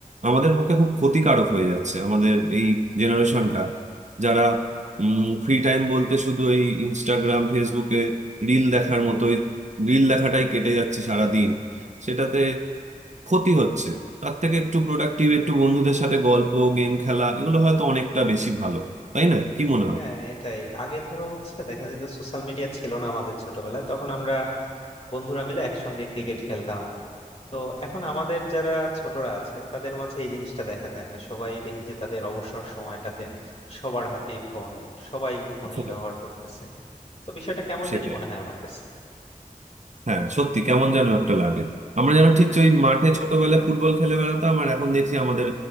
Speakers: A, on the right (about 55°); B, on the left (about 45°).
A: আমাদের পক্ষে খুব ক্ষতিকারক হয়ে যাচ্ছে আমাদের এই জেনারেশনটা যারা ফ্রি টাইম বলতে শুধু এই ইনস্টাগ্রাম ফেসবুকে রিল দেখার মতোই রিল দেখাটাই কেটে যাচ্ছে সারা দিন সেটাতে ক্ষতি হচ্ছে তার থেকে একটু প্রোডাক্টিভ একটু বন্ধুদের সাথে গল্প গেম খেলা এগুলো হয়তো অনেকটা বেশি ভালো তাই না কি মনে হয়
B: হ্যাঁ এটাই আগে ধরো হচ্ছে দেখা যেত সোশ্যাল মিডিয়া ছিল না আমাদের ছোটবেলায় তখন আমরা বন্ধুরা মিলে একসঙ্গে ক্রিকেট খেলতাম তো এখন আমাদের যারা ছোটরা আছে তাদের মাঝে এই জিনিসটা দেখা যায় না সবাই দেখি যে তাদের অবসর সময়টাতে সবার হাতেই ফোন সবাই ফোনই
A: সেটাই
B: ব্যবহার করতেছে তো বিষয়টা কেমন
A: সেটাই
B: জানি মনে হয় আমার কাছে
A: হ্যাঁ সত্যি কেমন যেন একটা লাগে আমরা যেন ঠিক ওই মাঠে ছোটবেলায় ফুটবল খেলে বেড়াতাম আর এখন দেখছি আমাদের